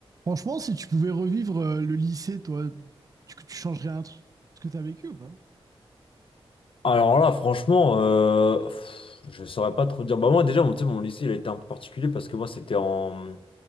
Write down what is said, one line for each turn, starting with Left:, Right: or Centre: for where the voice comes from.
Right: Franchement, si tu pouvais revivre euh, le lycée, toi, tu, tu changerais un truc ce que tu as vécu ou pas?
Left: Alors là, franchement, euh, pff, je saurais pas trop dire. Bah moi déjà, mon, tu sais, mon lycée, il a été un peu particulier parce que moi, c'était en,